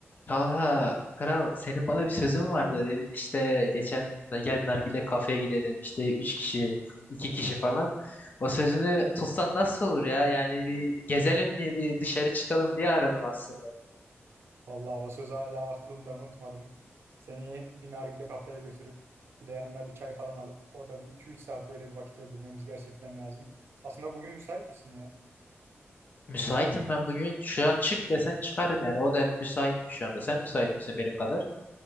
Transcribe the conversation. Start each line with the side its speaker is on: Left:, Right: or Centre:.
Left: Talha, kral senin bana bir sözün vardı dedin işte geçen de gel bir nargile kafeye gidelim işte üç kişi iki kişi falan. O sözünü tutsan nasıl olur ya yani bir gezelim diye bir dışarı çıkalım diye aradım aslında.
Right: Vallahi o söz hala aklımda unutmadım. Seni bir nargile kafeye götürüp bir de yanına bir çay falan alıp orada bir iki üç saat böyle bir vakit öldürmemiz gerçekten lazım. Aslında bugün müsait misin ya?
Left: Müsaitim ben bugün şu an çık desen çıkarım yani o denli müsaitim şu anda sen müsait misin benim kadar?